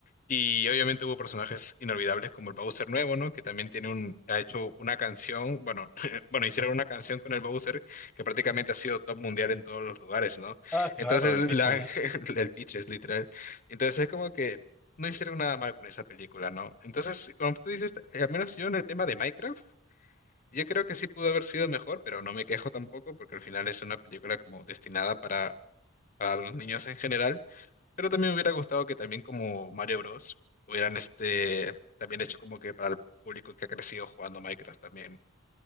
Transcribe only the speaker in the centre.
Ah, claro,
el Pitches.